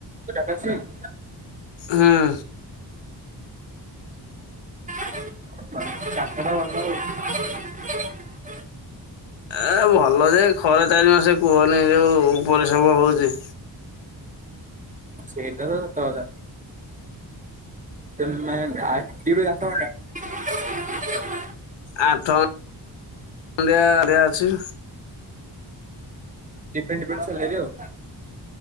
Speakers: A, on the right (about 20°); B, on the left (about 80°).
A: <unintelligible>
B: ହୁଁ।
A: <unintelligible>
B: ଏ ଭଲ ଯେ ଖରା ଚାରି ମାସ କୁହନି ଯୋଉ ପରିଶ୍ରମ ହଉଚି।
A: ସେଇଟା ତ ସତ କଥା। <unintelligible> ଡ୍ୟୁଟି ସାତ ଘଣ୍ଟା।
B: ଆଠ ଘଣ୍ଟିଆ ଅଛି।
A: ଦିଫ୍ରେଣ୍ଟ ଡିଫ୍ରେଣ୍ଟ ସାଲେରୀ ଆଉ।